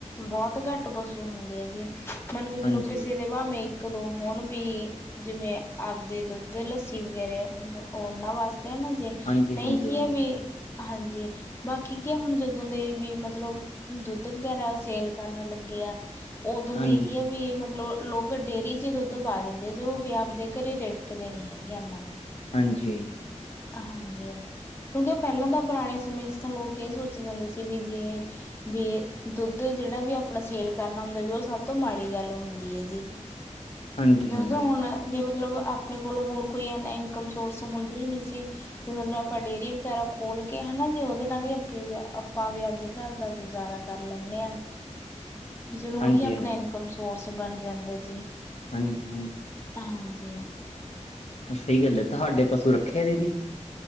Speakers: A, on the left; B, on the left.
A: ਬਹੁਤ ਘੱਟ ਪਸੂ ਹੁੰਦੇ ਆ ਜੀ। ਮੰਨ ਕੇ ਚਲੋ
B: ਹਾਂਜੀ,
A: ਕਿਸੇ ਦੇ ਭਾਵੇਂ ਕ ਦੋ ਹੁਣ ਵੀ, ਜਿਵੇਂ, ਆਪਦੇ ਦੁੱਧ, ਲੱਸੀ ਵਗੈਰਾ ਉਹਨਾਂ, ਵਾਸਤੇ ਤੇ, ਨਾ ਜੇ,
B: ਹਾਂਜੀ,
A: ਨਹੀਂ
B: ਹਾਂਜੀ,
A: ਕੀ ਵੀ। ਹਾਂਜੀ। ਬਾਕੀ ਕੀ ਹੁਣ, ਜਦੋਂ ਦੇ ਵੀ, ਮਤਲਬ ਦੁੱਧ ਵਗੈਰਾ ਸੇਲ ਕਰਨ ਲੱਗੇ- ਆ। ਉਦੋਂ ਦੇ,
B: ਹਾਂਜੀ,
A: ਕੀ ਆ ਵੀ, ਮਤਲਬ ਲੋਕ ਡੇਅਰੀ ਚ ਦੁੱਧ ਪਾ ਦਿੰਦੇ। ਜੋ ਵੀ ਆਪਦੇ ਘਰੇ ਰਿੜ ਕਦੇ ਨੀ ਹੈਗੇ ਇਨਾ।
B: ਹਾਂਜੀ।
A: ਹਾਂਜੀ। ਕਿਉਂਕਿ, ਪਹਿਲਾਂ ਤਾਂ, ਪੁਰਾਣੇ ਸਮੇਂ ਚ, ਤਾਂ ਲੋਕ ਇਹ ਸੋਚਦੇ ਹੋਣਦੇ ਸੀ। ਵੀ ਜੇ ਬਈ ਦੁੱਧ ਜਿਹੜਾ ਵੀ, ਆਪਣਾ ਸੇਲ ਕਰਨਾ ਹੁੰਦਾ ਵੀ, ਉਹ ਸਭ ਤੋਂ ਮਾੜੀ ਗੱਲ ਹੁੰਦੀ ਏ ਜੀ।
B: ਹਾਂਜੀ,
A: ਕਿਉਂਕਿ,
B: ਹਾਂਜੀ, ਹਾਂਜੀ, ਹਾਂਜੀ,
A: ਹੁਣ ਵੀ ਮਤਲਬ, ਆਪਣੇ ਕੋਲੋਂ ਹੋਰ, ਕੋਈ ਇਨੇ ਇਨਕਮ ਸੋਰਸ ਹੁੰਦਾ ਹੀ ਨਹੀਂ। ਜੀ, ਤੇ ਮਤਲਬ ਆਪਾਂ ਡੇਅਰੀ ਵਗੈਰਾ ਖੋ ਖੋਲ ਕੇ, ਹੈਨਾ ਜੇ ਉਹਦੇ ਨਾਲ ਹੀ, ਆਪ- ਆਪਾਂ ਵੀ, ਆਪਦੇ ਘਰ ਦਾ ਗੁਜ਼ਾਰਾ ਕਰ ਲੈਂਦੇ ਆਂ। ਫੇਰ
B: ਹਾਂਜੀ,
A: ਉਹੀ, ਆਪਣਾ ਇਨਕਮ ਸੋਰਸ ਬਣ ਜਾਂਦਾ ਜੀ।
B: ਹਾਂਜੀ- ਹਾਂਜੀ।
A: ਹਾਂਜੀ।
B: ਸਹੀ ਗੱਲ ਹੈ। ਤੁਹਾਡੇ ਪਸੂ ਰੱਖੇ ਏ ਦੀ ਦੀ?